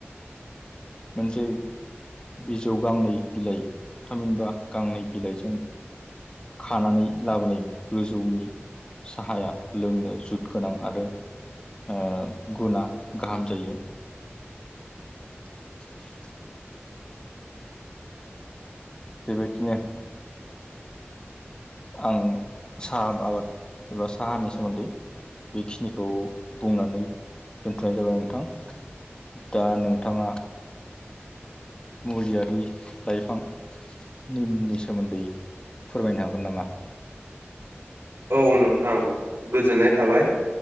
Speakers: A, on the left; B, on the right.
A: मोनसे बिजौ गांनै बिलाइ थामहिनबा गांनै बिलाइजों खानानै लाबोनाय गोजौनि साहाया लोंनो जुद गोनां आरो ओ गुना गाहाम जायो। <inaudible> बेबायदिनो आं साहा आबाद एबा साहानि सोमोन्दै बेखिनिखौ बुंनानै दोनथ'नाय जाबाय नोंथां दा नोंथाङा मुलियारि लाइफां निमनि सोमोन्दै फोरमायनो हागोन नामा?
B: औ नोंथां गोजोननाय थाबाय